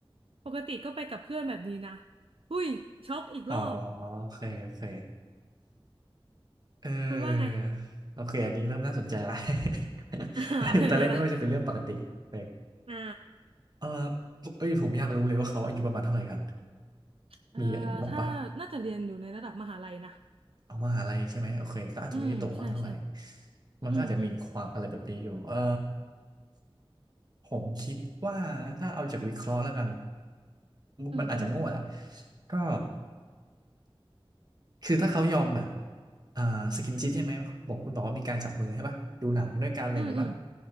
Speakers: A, on the right; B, on the right.
A: ปกติก็ไปกับเพื่อนแบบนี้นะหุ้ยช็อกอีกรอบ
B: อ๋อโอเคโอเคเอ
A: คุณว่าไง
B: อโอเคอันนี้เริ่มน่าสนใจละ <laughs>
A: อ่าเป็นไงล่ะ
B: ตอนแรกนึกว่าจะเป็นเรื่องปกติเออ
A: <laughs> อ่า
B: เออเอ้ยผมอยากรู้เลยว่าเขาอายุประมาณเท่าไหร่กัน
A: เอ่อถ้าน่าจะเรียนอยู่ในระดับมหาลัยนะ
B: มีบอกปะเอามหาลัยใช่ไหมโอเคก็อาจจะไม่ได้โตมากเท่าไหร่
A: อืมใช่ใช่
B: มันก็อาจจะมีความอะไรแบบนี้อยู่เออ
A: อืมอืม
B: ผมคิดว่าถ้าเอาจากวิเคราะห์แล้วกัน
A: อืมอืม
B: มันอาจจะมั่วแหละก็คือถ้าเขายอมแบบอ่าสกินชิปใช่ไหมบอกคุณบอกว่ามีการจับมือใช่ป่ะดูหนังด้วยกันอะไรอย่างงี้ป่ะ
A: อืมอืม